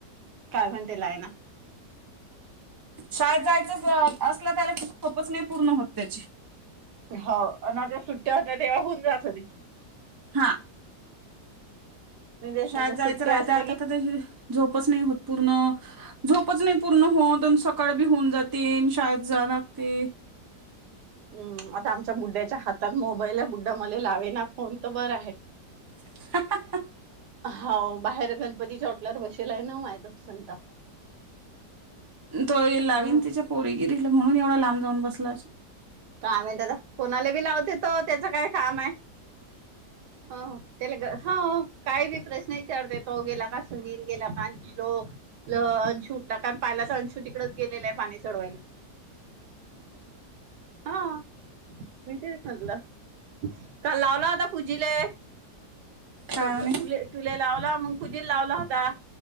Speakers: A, on the right; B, on the right.
A: काय म्हणतेलाय ना
B: शाळेत जायचंच असलं त्याला कि खोपच नाही पूर्ण होत त्याची
A: हो आणिता सुट्ट्या होत्या तेव्हा होऊन जाात हो ते
B: हा
A: मी तेच
B: शाळेत
A: म्हणलं सुट्ट्या
B: जायचं राहतं
A: असल्या
B: आता
A: की
B: आ झोपच नाही होत पूर्ण झोपच नाही पूर्ण होऊन दन सकाळ बी होऊन जाते शाळेत जा लागते
A: हम् आता आमच्या बुद्ढ्याच्या हातात मोबाईल आहे बुद्ढा मला लावे ना फोन तर बरं आहे
B: <inaudible>
A: होा बाहेर गणपतीच्या टल्यावर बसेल आहे ना माझदाप संत
B: तो लावीन
A: हा
B: तिच्या पोरीगिरीला म्हणून एवढा लांब जाऊन बसला
A: काम आहे त्याता कोणाला बी लावते तो त्याचं काय काम आहे हा त्याला ग होा काय बी प्रश्न विचारते तो गेला का सुनील गेला का श्लोक अंशूला कारण पाहिला तर अंशूट इकडच गेलेलं आहे पाणी चढवायला हा मी तेच म्हणलं काल लावला होता पूजीले
B: काय
A: त
B: म्हणे
A: तुले तुला लावला मग पुजीला लावला होता,